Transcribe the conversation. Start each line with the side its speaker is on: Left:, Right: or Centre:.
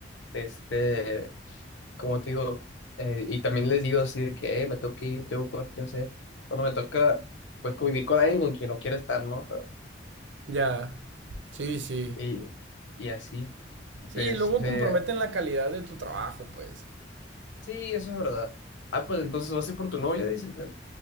Left: Este. como te digo, eh, y también les digo así de que "Eh, me tengo que ir, tengo cosas que hacer. Cuando me toca, pues convivir con alguien con quien no quiero estar, ¿no?
Right: Ya, sí, sí.
Left: Y, y así. Entonces,
Right: Sí, luego
Left: este,
Right: comprometen la calidad de tu trabajo, pues.
Left: sí, eso es verdad. Ah, pues entonces vas a ir por tu novia, dices. eh.